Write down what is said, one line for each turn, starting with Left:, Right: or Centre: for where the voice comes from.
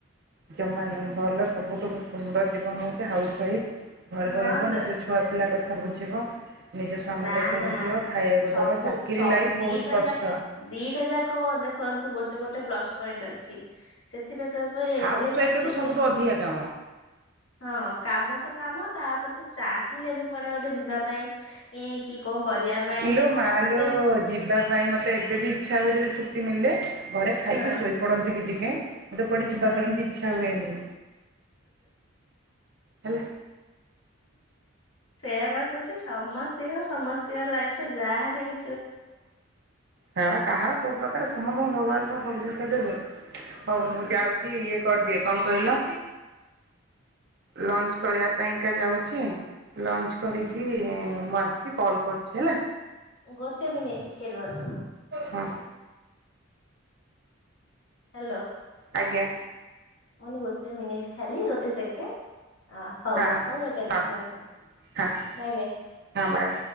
Right: ଜମା ନୁହେଁ ଭଲ ସବୁଠୁ ସୁନ୍ଦର ଜୀବନ ହଉଚି ହାଉସୱାଇଫ୍। ଘରେ
Left: ହଁ
Right: ରହିବ
Left: ଯେ
Right: ନିଜ ଛୁଆ ପିଲା କଥା ଥା ବୁଝିବ ନିଜ ସ୍ୱାମୀ
Left: ନା
Right: କଥା
Left: ନା
Right: ବୁଝିବ ଖାଇବାକୁ
Left: ସବୁ
Right: ଦେବ ଚାକିରି
Left: ସବ
Right: ଲାଇଫ୍ ବହୁତ
Left: ଦିଟା
Right: କଷ୍ଟ
Left: ଯାକ ଦିଟା ଯାକ ଦେଖନ୍ତୁ ଗୋଟେ ଗୋଟେ ପ୍ଲସ୍ ପଏଣ୍ଟ ଅଛି ସେ ସେଥିରେ ତ ପାଇଁ
Right: ହାଉସ୍
Left: ଯେ
Right: ୱାଇଫ୍ର
Left: ଚାକିରି
Right: ତ ସବୁଠୁ ଅଧିକା କାମ
Left: ହଁ କାମ ତ କାମ ତାପରେ ତ ଚାହିଁଲେ ବି କୁଆଡେ ଗୋଟେ ଯିବା ପାଇଁ ଏ କି କଣ କରିବା ପାଇଁ
Right: ଇଲୋ ମାଲୋ
Left: ତତେ
Right: ଜିିବା ପାଇଁ ମ ଏବେ ବି ଇଚ୍ଛା ହୁଏ ଯଦି ଛୁଟି ମିଳିଲେ ଘରେ ଖାଇକି
Left: ହଁ
Right: ଶୋଇ ପଡନ୍ତି କି ଟି ଆଜ୍ଞା। ମତେ କୁଆଡ଼େ ଯିବା
Left: ହଁ।
Right: ପାଇଁ ବି ଇଛା ହୁଏନି। ହେଲା
Left: ସେଇଆ ପା କହୁଚି ସମସ୍ତେ ଦେଖିବ ସମସ୍ତଙ୍କ ଲାଇଫ ରେ ଯାହା ହେଲେ କି
Right: ହଁ କାହାର କୋଉ ପ୍ରକାର। ସମସ୍ତଙ୍କୁ ଭଗବାନଙ୍କର ସବୁ ଜିନିଷ ଦେବେ। ହଉ
Left: ହଁ
Right: ମୁଁ ଯାଉଚି। କରିଦିଏ କଣ କହିଲ? ଲଞ୍ଚ। କରିବା ପାଇଁକା ଯାଉଛି ଲଞ୍ଚ କରିକିରି ମୁଁ ଆସିକି କଲ୍ କରୁଛି ହେଲା।
Left: <unintelligible> ଗୋଟେ ମିନିଟ୍ ଟିକେ ରୁହନ୍ତୁ।
Right: ହଁ
Left: ହ୍ୟାଲୋ।
Right: ଆଜ୍ଞା।
Left: ମୁଁ କହିଲି ଗୋଟେ ମିନିଟ୍ ଖାଲି ଗୋଟେ ସେକେଣ୍ଡ ଅ ହଉ
Right: ହଁ
Left: ହଉ ଏବେ
Right: ହଁ
Left: ତାହାଲେ ରଖନ୍ତୁ
Right: ହଁ
Left: ହଉ ବାଏ ବାଏ।
Right: ହଁ ବାଏ